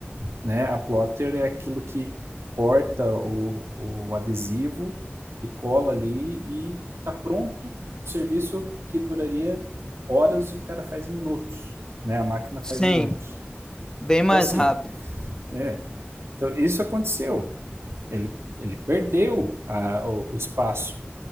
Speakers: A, on the right (about 75°); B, on the left (about 15°).
A: né? A plotter é aquilo que corta o, o adesivo e cola ali e tá pronto o serviço que duraria horas, o cara faz em minutos, né? A máquina
B: sim.
A: faz em minutos.
B: Bem mais
A: Então assim,
B: rápido.
A: é, então isso aconteceu. Ele, ele perdeu a, o espaço